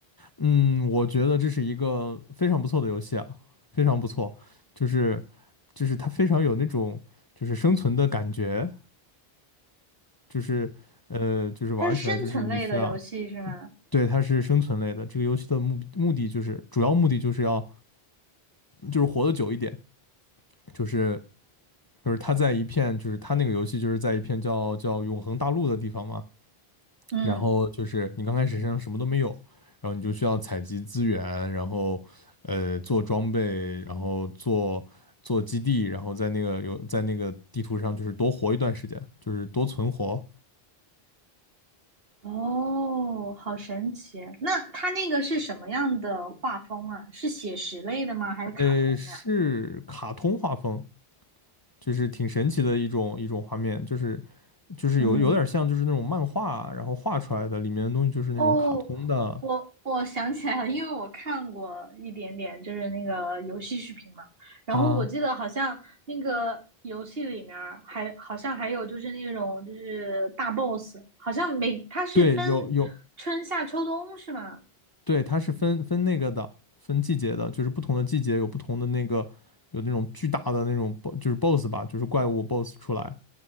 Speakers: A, on the left; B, on the right.
A: 嗯，我觉得这是一个非常不错的游戏啊，非常不错，就是就是它非常有那种就是生存的感觉，就是呃，就是玩起来就是你需要。
B: 它是生存类的游戏是吗？
A: 对，它是生存类的。这个游戏的目目的就是，主要目的就是要就是活得久一点，就是就是他在一片就是他那个游戏就是在一片叫叫永恒大陆的地方嘛，
B: 嗯，
A: 然后就是你刚开始身上什么都没有，然后你就需要采集资源，然后呃做装备，然后做做基地，然后在那个有在那个地图上就是多活一段时间，就是多存活。
B: 哦，好神奇。那它那个是什么样的画风啊？是写实类的吗？还是卡通呀、
A: 呃，是卡通画风，就是挺神奇的一种一种画面，就是就是有有点像就是那种漫画，
B: 嗯。
A: 然后画出来的里面的东西就是那种卡通的，
B: 哦，我我想起来了，因为我看过一点点，就是那个游戏视频嘛。然后我记得好像那个游戏里面儿还好像还有就是那种就是大
A: 啊，
B: boss，好像每它是分春夏秋冬是吗？
A: 对，有有，对，它是分分那个的，分季节的，就是不同的季节有不同的那个，有那种巨大的那种 bo- 就是 BOSS 吧，就是怪物 BOSS 出来，